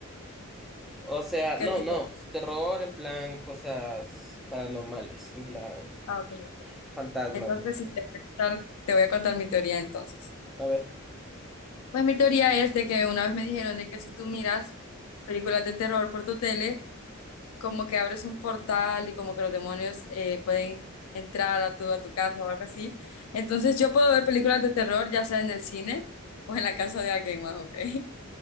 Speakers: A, in the centre; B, on the left.
A: O sea,
B: ¿Qué
A: no,
B: tipo?
A: no, terror en plan cosas paranormales, en plan
B: Ah, ok, ok.
A: fantasmas
B: Entonces,
A: y así.
B: si te voy a contar, te voy a contar mi teoría entonces.
A: A ver,
B: Pues mi teoría es de que una vez me dijeron de que si tú miras películas de terror por tu tele, como que abres un portal y como que los demonios eh, pueden entrar a tu, a tu casa o algo así. Entonces yo puedo ver películas de terror, ya sea en el cine o en la casa de alguien más, ¿ok? <laughs>